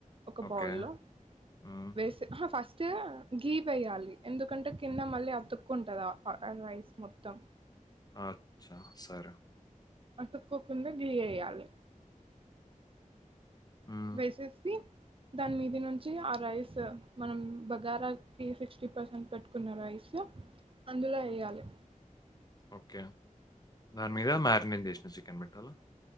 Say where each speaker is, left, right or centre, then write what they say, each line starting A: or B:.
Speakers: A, on the right; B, on the left.
A: ఒక
B: ఓకే
A: బౌల్లో
B: మ్మ్.
A: వేసి అహ ఫస్ట్ గీ వేయ్యాలి. ఎందుకంటే కింద మళ్ళీ అతుక్కుంటద ఆ రైస్ మొత్తం
B: అచ్చా సరే
A: అతుక్కోకుండా గీ ఏయాలి.
B: మ్మ్.
A: వేసేసి దాని మీది నుంచి ఆ రైస్ మనం బగారకి సిక్స్టీ పర్సెంట్ పెట్టుకున్న రైస్ స్ అందులో ఏయాలె
B: ఓకే దాని మీద మ్యారినేట్ చేసిన చికెన్ పెట్టాలా?